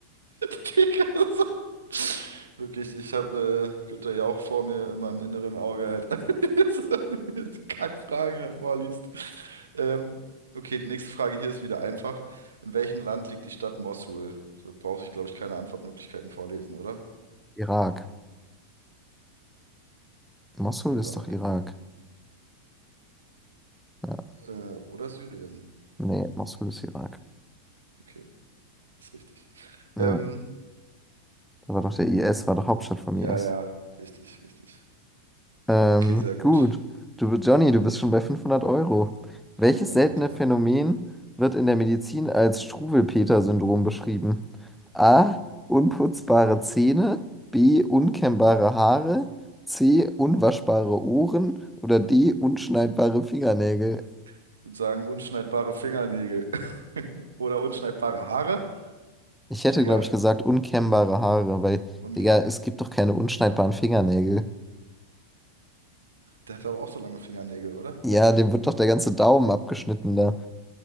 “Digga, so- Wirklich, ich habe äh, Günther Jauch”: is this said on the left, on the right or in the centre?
Right